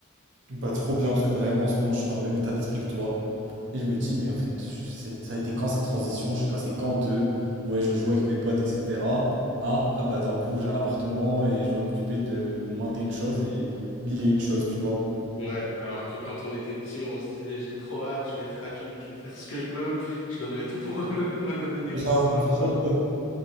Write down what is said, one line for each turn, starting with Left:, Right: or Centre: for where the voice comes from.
Right: Bah trop bien, parce que vraiment en ce moment je suis dans le même état d'esprit que toi. Et je me dis, mais en fait, c'est- ça a été quand cette transition? Je suis passé quand de ouais, je joue avec mes potes, etc. Ah, ah bah d'un coup j'ai un appartement et je dois m'occuper de maintes et une choses et mille et une choses, tu vois.
Left: Ouais, alors que quand on était petit, on se disait j'ai trop hâte, je vais être adulte, je vais faire ce que je veux, je donnerais tout pour <laughs> redevenir
Right: Grave.
Left: gosse maintenant.
Right: <laughs>